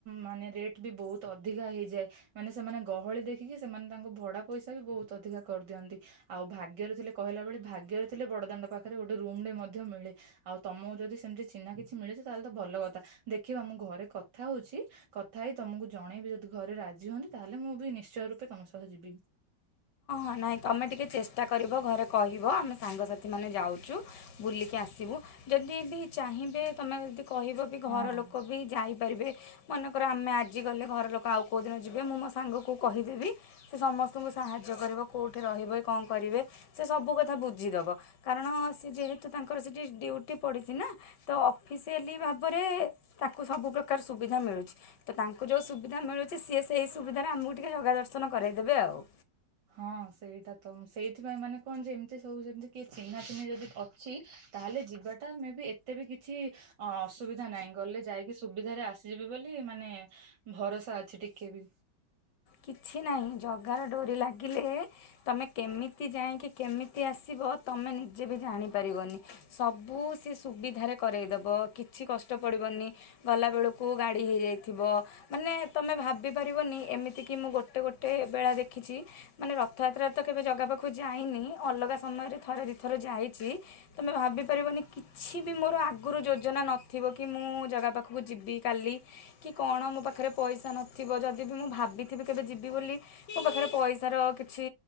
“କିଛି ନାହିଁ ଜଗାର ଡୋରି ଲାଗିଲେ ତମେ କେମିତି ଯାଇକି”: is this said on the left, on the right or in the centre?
Left